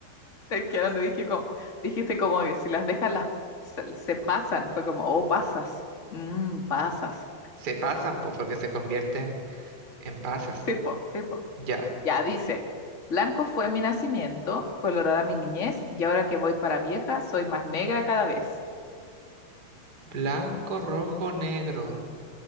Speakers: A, on the left; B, on the right.
A: Es que donde dije como, dijiste como que si las dejas las se, se pasan. Fue como, oh, pasas. Mmm, pasas.
B: Se pasan, pues, porque se convierten en pasas.
A: Sí, po, sí, po.
B: Ya.
A: Ya dice, blanco fue mi nacimiento, colorada mi niñez, y ahora que voy para vieja, soy más negra cada vez.
B: Blanco, rojo, negro.